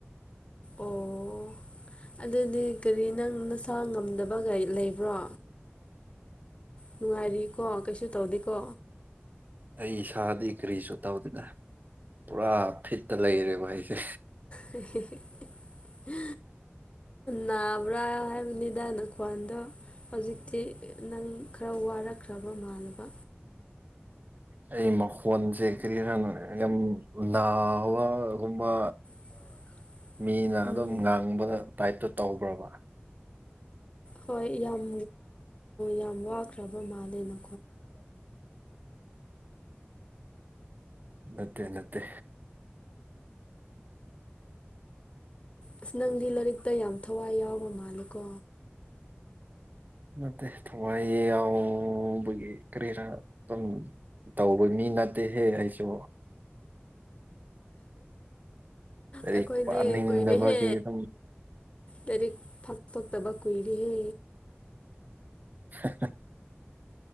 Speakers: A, on the left; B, on the right.
A: ꯑꯣ ꯑꯗꯨꯗꯤ ꯀꯔꯤ ꯅꯪ ꯅꯁꯥ ꯉꯝꯗꯕꯒꯒꯥ ꯂꯩꯕ꯭ꯔꯣ ꯅꯨꯡꯉꯥꯏꯔꯤꯀꯣ ꯀꯩꯁꯨ ꯇꯧꯗꯦꯀꯣ
B: ꯑꯩ ꯏꯁꯥꯗꯤ ꯀꯔꯤꯁꯨ ꯇꯧꯗꯦꯅ ꯄꯨꯔꯥ ꯐꯤꯠꯇ ꯂꯩꯔꯦꯕ ꯑꯩꯁꯦ
A: ꯍꯦꯍꯦꯍꯦ ꯑ ꯅꯥꯕ꯭ꯔꯥ ꯍꯥꯏꯕꯅꯤꯗ ꯅꯪ ꯈ꯭ꯋꯥꯟꯗꯣ ꯍꯧꯖꯤꯛꯇꯤ ꯅꯪ ꯈꯔ ꯋꯥꯔꯛꯈ꯭ꯔꯕ ꯃꯥꯟꯅꯕ
B: ꯑꯩ ꯃꯈꯣꯟꯁꯦ ꯀꯔꯤ ꯍꯥꯏꯔꯣ ꯌꯥꯝ ꯅꯥꯕꯒꯨꯝꯕ
A: <inaudible>
B: ꯃꯤꯅ
A: ꯎꯝ
B: ꯑꯗꯨꯝ ꯉꯥꯡꯕꯗ ꯇꯥꯏꯠꯇꯣ ꯇꯧꯕ꯭ꯔꯕ
A: ꯍꯣꯏ ꯌꯥꯝ ꯌꯥꯝ ꯋꯥꯈ꯭ꯔꯕ ꯃꯥꯜꯂꯦꯅ
B: ꯅꯠꯇꯦ ꯅꯠꯇꯦ
A: ꯑꯁ ꯅꯪꯗꯤ ꯂꯥꯏꯔꯤꯛꯇ ꯌꯥꯝ ꯊꯋꯥꯏ ꯌꯥꯎꯕ ꯃꯥꯜꯂꯦ ꯀꯣ
B: ꯅꯠꯇꯦ ꯊꯋꯥꯏ ꯌꯥꯎꯕꯒꯤ ꯀꯔꯤꯔꯥ ꯑꯗꯨꯝ ꯇꯧꯕ ꯃꯤ ꯅꯠꯇꯦꯍꯦ ꯑꯩꯁꯨ ꯂꯥꯏꯔꯤꯛ
A: ꯑꯩꯈꯣꯏꯗꯤ
B: ꯄꯥꯅꯤꯡꯗꯕꯒꯤ
A: ꯀꯨꯏꯔꯦꯍꯦ
B: ꯑꯗꯨꯝ
A: ꯂꯥꯏꯔꯤꯛ ꯐꯛꯇꯣꯛꯇꯕ ꯀꯨꯏꯔꯦꯍꯦ
B: <unintelligible>